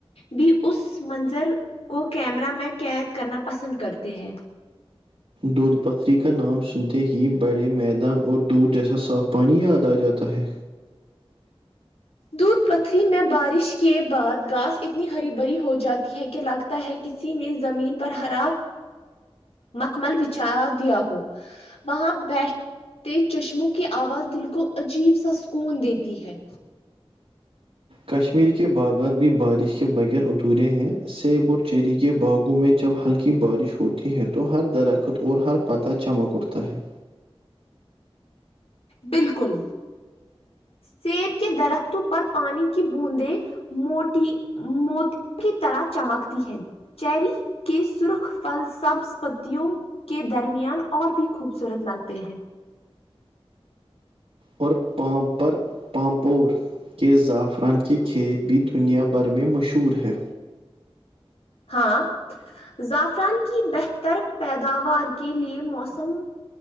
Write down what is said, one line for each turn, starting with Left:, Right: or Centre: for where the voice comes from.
Left: بھی اس منظر کو کیمرہ میں قید کرنا پسند کرتے ہیں
Right: دودھ پتھری کا نام سنتے ہی بڑے میدان اور دودھ جیسا صاف پانی یاد آ جاتا ہے
Left: دودھ پتھری میں بارش کے بعد گاس اتنی ہری بھری ہو جاتی ہے کہ لگ ہے کسی نے زمین پر ہراب مکمل بچھا دیا ہو وہاں بی تیز چشموں کی آواز دل کو عجیب سا سکون دیتی ہے
Right: کشمیر کے باغات بھی بارش کے بغیر ادھورے ہیں سیب اور چیری کے باغوں میں جب ہلکی بارش ہوتی ہے تو ہر درخت اور ہر پت چمک اٹھتا ہے
Left: بالکل سیب کے درختوں پر پانی کی بوندیں موٹی موتی کی طرح چمکتی ہے چیری کے سرخ فل سبز پتوں کے درمیان اور بھی خوبصورت لگتے ہیں
Right: اور پامپر پامپور کے زعفران کے کھیت بھی دنیا بھر میں مشہور ہے
Left: ہاں زعفران کی بہتر پیداوار کے لئے موسم